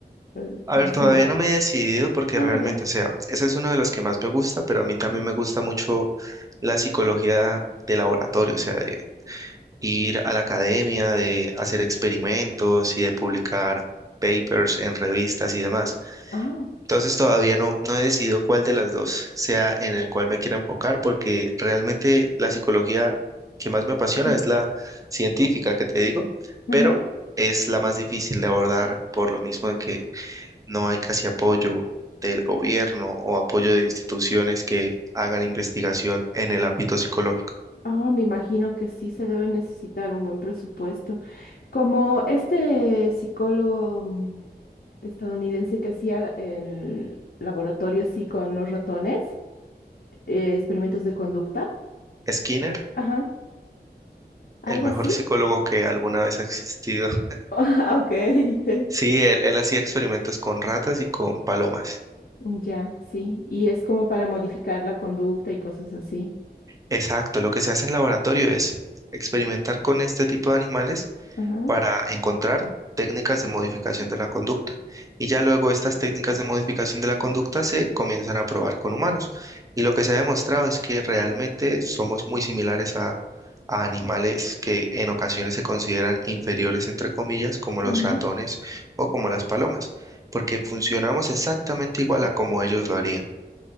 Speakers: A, on the left; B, on the right.
A: es
B: A
A: más
B: ver, todavía
A: general.
B: no me he decidido porque
A: Ah,
B: realmente,
A: ya.
B: o sea, ese es uno de los que más me gusta, pero a mí también me gusta mucho la psicología de laboratorio, o sea, de ir a la academia, de hacer experimentos y de publicar papers en revistas y demás.
A: Ah,
B: Entonces todavía no, no he decidido cuál de las dos sea en el cual me quiera enfocar, porque realmente la psicología que más me apasiona
A: ujú,
B: es la científica que te digo, pero
A: ajá.
B: es la más difícil de abordar por lo mismo de que no hay casi apoyo del gobierno o apoyo de instituciones que hagan investigación en el ámbito psicológico.
A: Ah, me imagino que sí se debe necesitar un buen presupuesto. Como este psicólogo mm, estadounidense que hacía el laboratorio así con los ratones. eh, experimentos de conducta,
B: Skinner,
A: ajá, algo
B: el mejor
A: así.
B: psicólogo
A: <laughs>
B: que alguna vez ha existido. <laughs>
A: Ah, Ok. <laughs>
B: Sí, él, él hacía experimentos con ratas y con palomas.
A: Ya, sí, y es como para modificar la conducta y cosas así.
B: Exacto, lo que se hace en laboratorio es experimentar con este tipo de animales
A: Ajá,
B: para encontrar técnicas de modificación de la conducta. Y ya luego estas técnicas de modificación de la conducta se comienzan a probar con humanos. Y lo que se ha demostrado es que realmente somos muy similares a, a animales que en ocasiones se consideran inferiores, entre comillas, como
A: ujú,
B: los ratones o como las palomas, porque funcionamos exactamente igual a como ellos lo harían.